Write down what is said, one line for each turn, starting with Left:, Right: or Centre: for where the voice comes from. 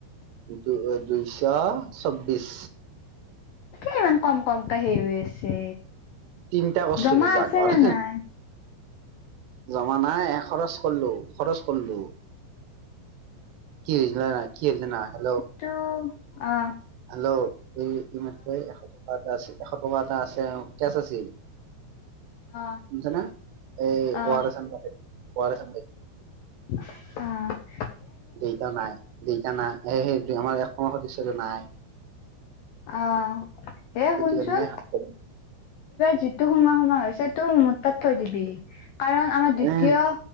Right: দুই-দুইশছবিশ।
Left: কি ইমান কম কমকে হেৰি হৈ আছে
Right: তিনটা কৰছিলি
Left: জমা
Right: জাগৰ
Left: আছে নে নাই?
Right: জমা নাই এশদহ কৰলো, খৰচ কৰলো, কি হৈছিল জানা নাই, কি হৈছিল জানা নাই হেল্ল'।
Left: তো অহ।
Right: হেল্ল'। এই এইমাত্ৰই এশ টকা এটা আছিল, এশ টকা এটা আছে আৰু। কেচ আছিল,
Left: অ
Right: শুনচানা। এই
Left: অ
Right: ওৱাৰেচ আনবা ওৱাৰেচ আনবা
Left: অহ।
Right: দেউতা নাই, দেইতা নাই। সেইটোৱে আমাৰ একসম সদস্য যে নাই।
Left: অ এ
Right: সেইটোকাৰণে
Left: শুনচোন
Right: এই হাপে
Left: যিটো সোমাওঁ-সোমাওঁ হৈছে সেইটো মোৰ তাত থৈ দিবি, কাৰণ আমাৰ দ্বিতীয়
Right: এ